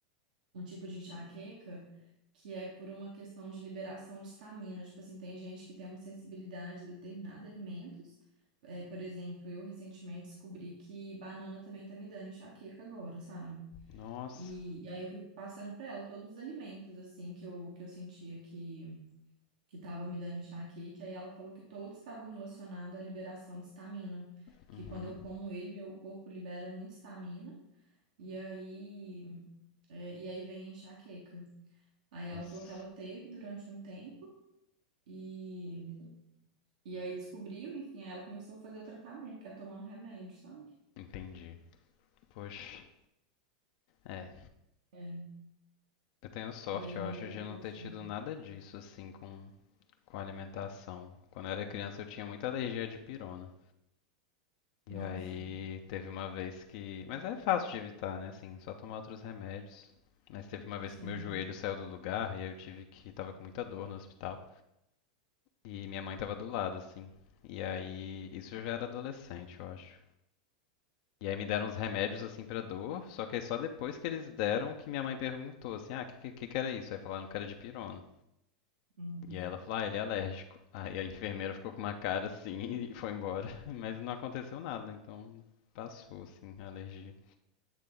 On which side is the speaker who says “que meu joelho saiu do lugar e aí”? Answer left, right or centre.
Left